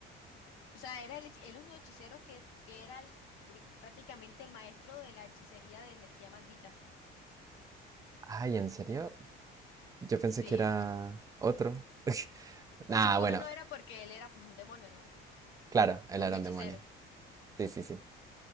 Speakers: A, on the left; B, on the right.
A: O sea, era el, hech- él uno de los hechiceros que es- era el pr- prácticamente el maestro de la hechicería de energía maldita.
B: Ay, ¿en serio? Yo pensé
A: Sí.
B: que era otro. <laughs> Ah,
A: Sukuna
B: bueno,
A: no era porque él era pues un demonio, ¿no?
B: claro, él
A: No
B: era
A: un hechicero.
B: un demonio. Sí, sí, sí.